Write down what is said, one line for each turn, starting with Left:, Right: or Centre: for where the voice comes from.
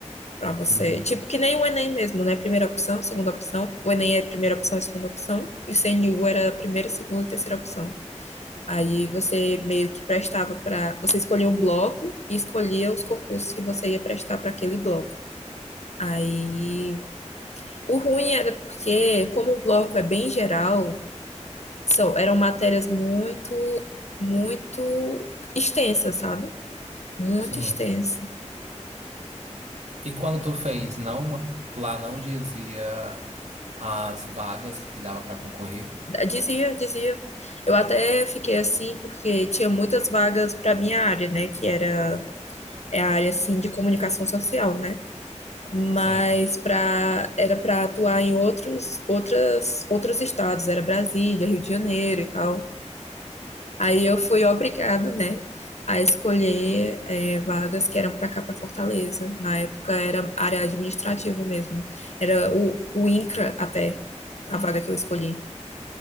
Left: Pra você.
Right: Uhum.
Left: Tipo, que nem o Enem mesmo, né? Primeira opção, segunda opção. O Enem é primeira opção e segunda opção. E o CNU era primeira, segunda e terceira opção. Aí você meio que prestava pra. Você escolhia um bloco e escolhia os concursos que você ia prestar pra aquele bloco. Aí o ruim era porque, como o bloco é bem geral, são, eram matérias muito, muito extensas, sabe? Muito
Right: Sim.
Left: extensas.
Right: E quando tu fez, não lá não dizia as vagas que dava para concorrer?
Left: Dizia, dizia. Eu até fiquei assim porque tinha muitas vagas para minha área, né? Que era é a área assim de comunicação social, né? Mas
Right: Sim.
Left: para era para atuar em outros outras outros estados, era Brasília, Rio de Janeiro e tal. Aí eu fui obrigada, né, a escolher é, vagas que eram para cá, para Fortaleza. Na época era área administrativa mesmo. Era o, o INCRA até a vaga que eu escolhi.